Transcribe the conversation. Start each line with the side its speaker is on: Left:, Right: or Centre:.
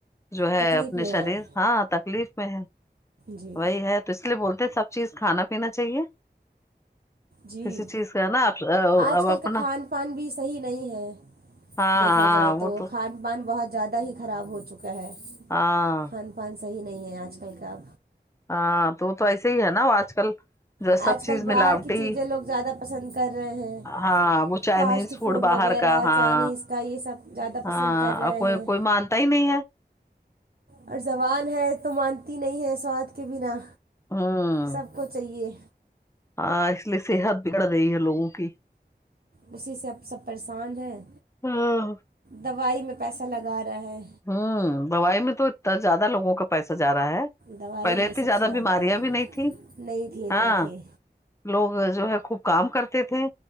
Left: جو ہے
Right: تکلیف
Left: اپنے
Right: میں
Left: شریر
Right: ہے اب
Left: ہاں تکلیف میں ہے
Right: جی
Left: وہی ہے تو اس لیے بولتے سب چیز کھانا پینا چاہیے
Right: جی
Left: کسی چیز کا نا
Right: آج
Left: اب
Right: کل
Left: اپنا
Right: کا کھان پان بھی صحیح نہیں ہے
Left: ہاں
Right: دیکہا
Left: ہاں
Right: جائے
Left: وہ
Right: تو خان پان بہت زیادہ ہی خراب ہو چکا ہے
Left: ہاں
Right: کھان پان صحیح نہیں ہے آج کل کا
Left: ہاں تو تو ایسے ہی ہے نا آج کل جو
Right: آج
Left: سب چیز
Right: کل باہر
Left: ملاوٹی
Right: کی چیزیں لوگ زیادہ پسند کر رہے ہیں
Left: ہاں وہ چائنیز
Right: فاسٹ
Left: فوڈ باہر
Right: وغیرہ
Left: کا ہاں
Right: چائنیز کا یہ سب زیادہ
Left: ہاں
Right: پسند کر رہے
Left: اور کوئی
Right: ہیں
Left: کوئی مانتا ہی نہیں ہے
Right: اور زبان ہے تو مانتی نہیں ہے سواد کے بنا
Left: ہوں
Right: سب کو چاہیے
Left: ہاں اس لیے صحت بگڑ رہی ہے لوگوں کی
Right: اسی سے اب سب پریشان ہیں
Left: ہاں
Right: دوائی میں پیسہ لگا رہا ہے
Left: ہوں دوائی میں تو اتنا زیادہ لوگوں کا پیسہ جا رہا ہے
Right: دوائی
Left: پہلے
Right: میں
Left: اتنی
Right: سب
Left: زیادہ
Right: سے
Left: بیماریاں
Right: ہے
Left: بھی نہیں تھیں
Right: نہیں تھی نہیں
Left: ہاں
Right: تھی
Left: لوگ جو ہے خوب کام کرتے تھے